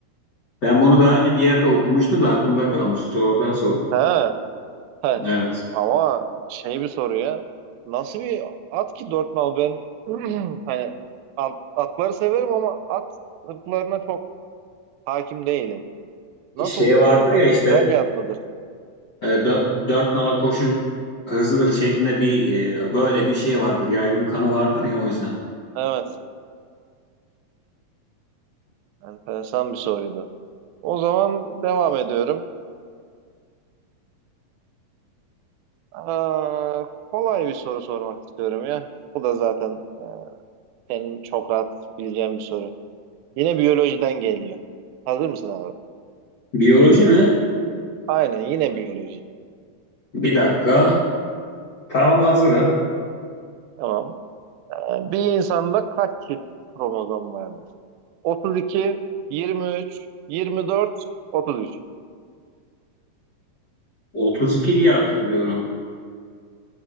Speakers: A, on the left; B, on the right.
A: Ben bunu daha önce bir yerde okumuştum da aklımda kalmış. Oradan sordum.
B: He. He.
A: Evet.
B: Ama şey bir soru ya. Nasıl bir at ki dört nal? Ben <clears throat> hani at- atları severim ama at ırklarına çok hakim değilim. Nasıl
A: Şey vardır
B: e, hani
A: ya işte
B: güzel bir at mıdır?
A: e, dö- dört nala koşu hızlıdır şeklinde bir e, böyle bir şey vardır. Yaygın kanı vardır ya o yüzden.
B: Evet. Enteresan bir soruydu. O zaman devam ediyorum. Aa, kolay bir soru sormak istiyorum ya. Bu da zaten e, senin çok rahat bileceğin bir soru. Yine biyolojiden geliyor. Hazır mısın abi?
A: Biyoloji mi?
B: Aynen yine biyoloji.
A: Bir dakika. Tamam hazırım.
B: Tamam. Yani bir insanda kaç çift kromozom vardır? 32, 23, 24, 33.
A: 32 diye hatırlıyorum.